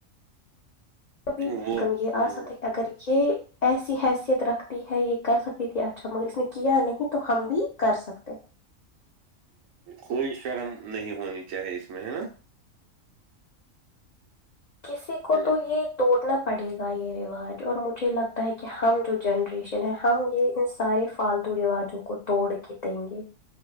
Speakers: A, on the left (about 80°); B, on the right (about 75°).
A: بھی
B: وہ
A: کم
B: ہوں
A: یہ
B: ہوں
A: آ سکتا ہے کہ اگر یہ ایسی حیثیت رکھتی ہے یہ کر سکتی تھی اچھا مگر اس نے کیا نہیں تو ہم بھی کر سکتے
B: کوئی شرم نہیں ہونی چاہیے اس میں ہے نا
A: کسی کو
B: ہوں
A: تو یہ توڑنا پڑے گا یہ رواج اور مجھے لگتا ہے کہ ہم جو جنریشن ہے ہم یہ ان سارے فالتو رواجوں کو توڑ کے دیں گے